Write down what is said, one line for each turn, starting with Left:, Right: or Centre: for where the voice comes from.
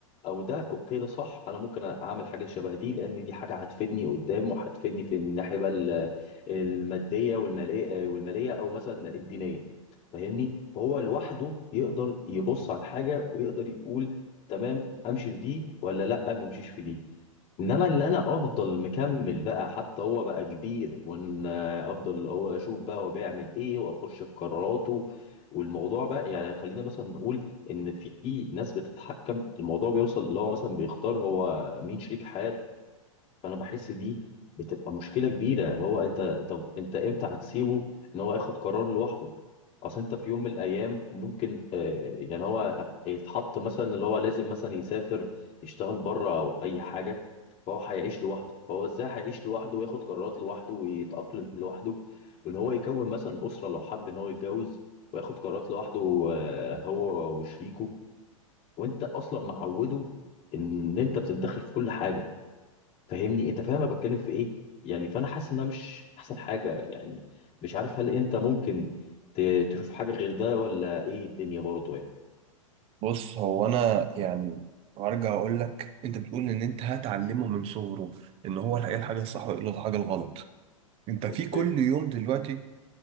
Left: او ده اوكي ده صح انا ممكن اعمل حاجه شبه دي لان دي حاجه هتفيدني قدام وهتفيدني في الناحيه بقى ال- الماديه والماليه والماليه او مثلا الدينيه فاهمني فهو لوحده يقدر يبص على الحاجه ويقدر يقول تمام امشي في دي ولا لا ما امشيش في دي انما اللي انا افضل مكمل بقى حتى هو بقى كبير وان افضل هو اشوف بقى هو بيعمل ايه واخش في قراراته والموضوع بقى يعني خلينا مثلا نقول ان في ناس بتتحكم الموضوع بيوصل اللي هو مثلا بيختار هو مين شريك حياته فانا بحس دي بتبقى مشكله كبيره اللي هو انت طب انت امتى هتسيبه ان هو ياخد قرار لوحده اصل انت في يوم من الايام ممكن آه، يعني هو يتحط مثلا اللي هو لازم مثلا يسافر يشتغل بره او اي حاجه فهو هيعيش لوحده فهو ازاي هيعيش لوحده وياخد قرارات لوحده ويتاقلم لوحده وان هو يكون مثلا اسره لو حب ان هو يتجوز وياخد قرارات لوحده آه، هو وشريكه وانت اصلا معوده ان انت بتتدخل في كل حاجه فاهمني انت فاهم انا بتكلم في ايه يعني فانا حاسس انها مش احسن حاجه يعني مش عارف هل انت ممكن ت- تشوف حاجه غير ده ولا ايه الدنيا برضه يعني
Right: بص هو انا يعني هرجع اقول لك انت بتقول ان انت هتعلمه من صغره ان هو ايه الحاجه الصح وايه الحاجه الغلط انت في
Left: اوكي
Right: كل يوم دلوقتي